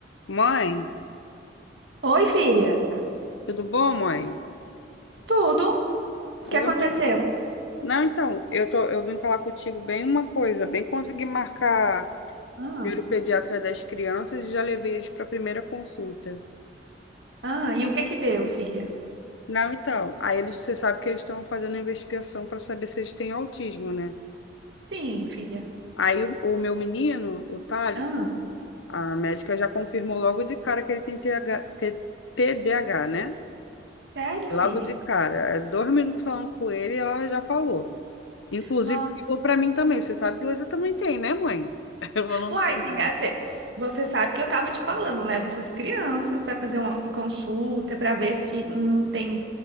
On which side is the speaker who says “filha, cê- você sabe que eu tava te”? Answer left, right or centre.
Right